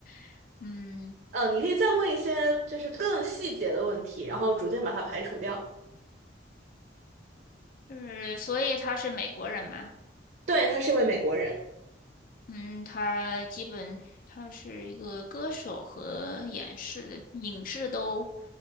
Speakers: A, on the left (about 50°); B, on the right (about 55°).
A: <laughs> 嗯，
B: 呃，你可以再问一些就是更细节的问题，然后逐渐把它排除掉。
A: 就是所以他是美国人嘛。
B: 对，她是一位美国人，
A: 嗯，他基本他是一个歌手和演示影视都